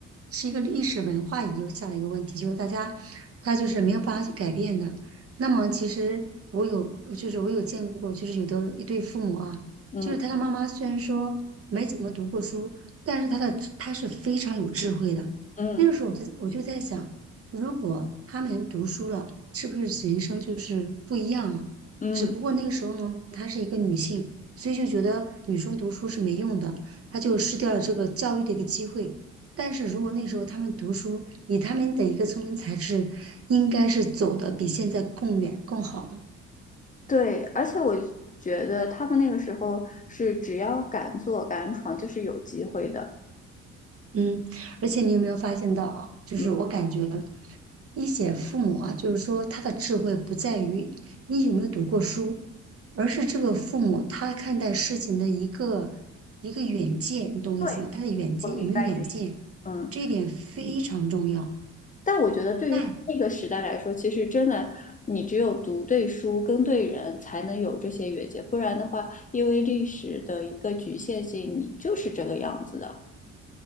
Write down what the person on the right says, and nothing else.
是一个历史文化遗留下来一个问题，就是大家他就是没有办法去改变的。那么其实我有，就是我有见过，就是有的一对父母啊，
就是他的妈妈虽然说没怎么读过书，但是他的他是非常有智慧的。
那个时候我就我就在想，如果他们读书了，是不是人生就是不一样了？
只不过那个时候呢，她是一个女性。所以就觉得女生读书是没用的，她就失掉了这个教育的一个机会。但是如果那时候她们读书，以她们的一个聪明才智，应该是走的比现在更远、更好的。
嗯，而且你有没有发现到啊就是我感觉
一些父母啊，就是说他的智慧不在于你有没有读过书，而是这个父母他看待事情的一个一个远见，你懂我意思吗？
他的远见有没有远见，
这一点非常重要。
那